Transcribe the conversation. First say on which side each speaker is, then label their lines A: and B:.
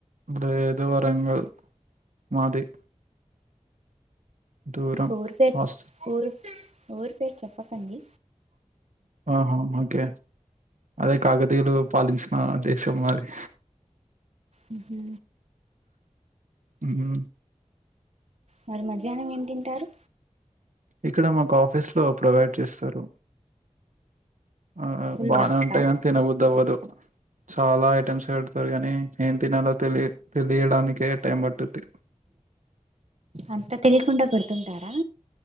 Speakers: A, on the right; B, on the right.
A: లేేదు వరంగల్ మాది దూరం
B: ఊరు పేరు
A: హాస్టల్
B: ఊరు ఊరు పేరు చెప్పకండి
A: ఆహా ఓకే అదే కాకతీయులు పాలించిన దేశం మాది
B: హ్మ్ హు
A: మ్ హు
B: మరి మధ్యాహ్నం ఏం తింటారు
A: ఇక్కడ మాకు ఆఫీస్లో ప్రొవైడ్ చేస్తారు ఆ
B: ఫుల్
A: బానే
B: వర్క్
A: ఉంటాయి కాని తిన బుద్ది అవ్వదు చాలా ఐటమ్స్ పెడతారు కాని ఏం తినాలో తెలి తెలియడానికే టైమ్ పట్టుద్ది
B: అంతా తెలియకుండా పెడుతుంటారా